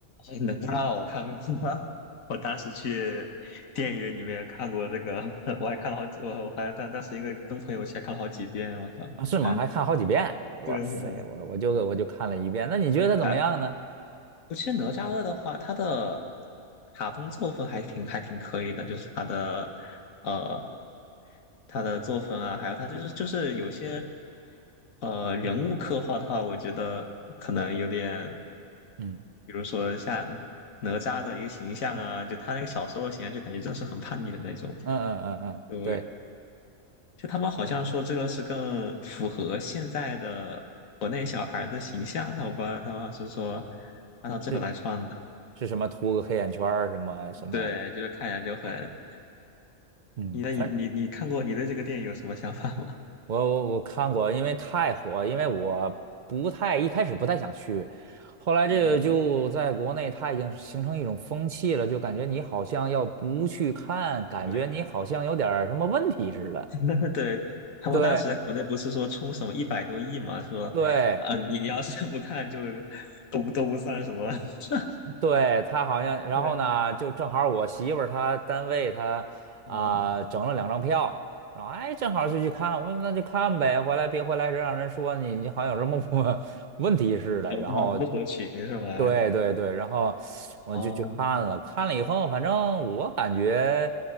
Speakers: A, on the left; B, on the right.
A: 哪吒我看过，<laughs> 我当时去电影院里面看过这个，<laughs> 我还看了好几，我我还但当时因为跟朋友一起还看了好几遍。我靠，
B: 啊，是吗？
A: <laughs>
B: 还看好几遍。哇塞，
A: 对，<laughs>
B: 我我就我就看了一遍。那你觉得它怎么样呢？
A: 你看。我记得哪吒二的话，他的卡通作风还挺还挺可以的，就是他的呃他的作风啊，还有他就是就是有些呃人物刻画的话，
B: 嗯
A: 我觉得可能有点，
B: 嗯
A: 比如说像哪吒的一个形象啊，就他那个小时候的形象，就感觉就是很叛逆的那种，
B: 嗯嗯嗯，嗯，
A: 就
B: 对，
A: 就他们好像说这个是更符合现在的国内小孩的形象，他我不知道他们是说按照这个来创的。
B: 是是什么？涂个黑眼圈儿，什么什么？
A: 对，就是看起来就很，
B: 嗯，
A: 你的你你你看过你对这个电影有什么想法吗？
B: 反我我我看过，因为太火，因为我不太一开始不太想去，后来这个就在国内，
A: <laughs> 嗯，
B: 它已经是形成一种风气了，就感觉你好像要不去看，感觉你好像有点儿什么问题似的。
A: 对，<laughs> 对，他们当时在国内不是说冲什么一百多亿嘛，
B: 对
A: 说，
B: 对，
A: 呃，你要是不看就都不都不算什么，<laughs>
B: 对，他好像，然后呢，
A: 对
B: 就正好我媳妇儿她单位她啊、
A: 啊，
B: 整了两张票，然后哎正好就去看，我说那就看呗，回来别回来这让人说你你好像有什么不 <laughs> 问题似的，
A: 都不合群是吗？
B: 然后对对对，
A: 对
B: 然后我就去看了，
A: 啊。
B: 看了以后反正我感觉